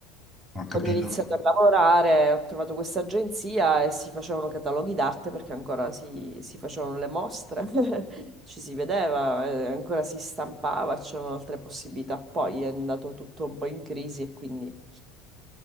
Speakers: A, in the centre; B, on the right (about 30°).
A: ho capito,
B: quando ho iniziato
A: ho
B: a lavorare ho trovato questa agenzia e si facevano cataloghi d'arte perché ancora si, si facevano le mostre, <laughs> ci si vedeva, eh, ancora si stampava, c'erano altre possibilità. Poi è andato tutto un po' in crisi e quindi,